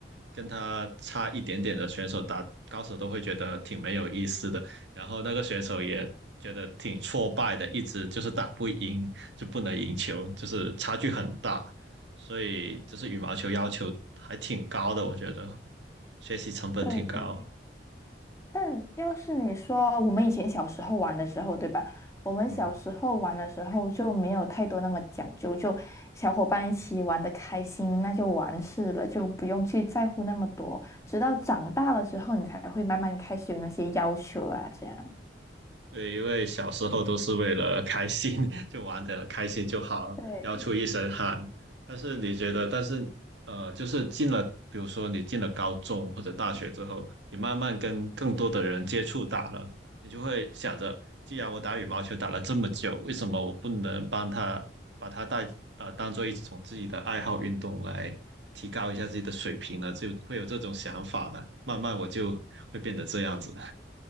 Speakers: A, on the right; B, on the left.
A: 跟他差一点点的选手打，高手都会觉得挺没有意思的，然后那个选手也觉得挺挫败的，一直就是打不赢，就不能赢球，就是差距很大，所以就是羽毛球要求还挺高的，我觉得学习成本挺高，
B: 对对但要是你说我们以前小时候玩的时候，对吧？我们小时候玩的时候就没有太多那么讲究，
A: 嗯。
B: 就小伙伴一起玩的开心，那就完事了，就不用去在乎那么多。直到长大了之后，你才会慢慢开始有那些要求啊，这样。
A: 对，因为小时候都是为了开心，<laughs> 就玩的开心就好，
B: 对，
A: 然后出一身汗。但是你觉得，但是呃，就是进了，比如说你进了高中或者大学之后，你慢慢跟更多的人接触打了，你就会想着，既然我打羽毛球打了这么久，为什么我不能帮他把他带呃当做一种自己的爱好运动来提高一下自己的水平呢？就会有这种想法了。慢慢我就会变得这样子。